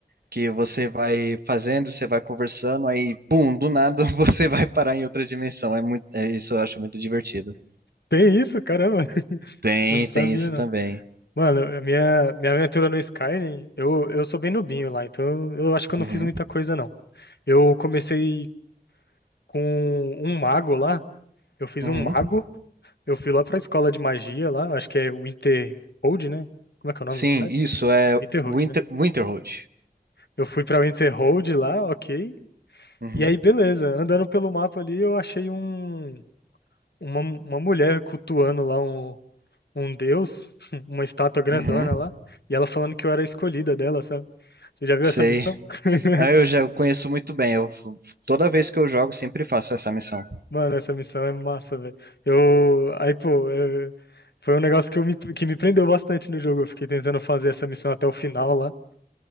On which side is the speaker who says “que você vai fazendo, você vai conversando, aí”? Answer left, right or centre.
Right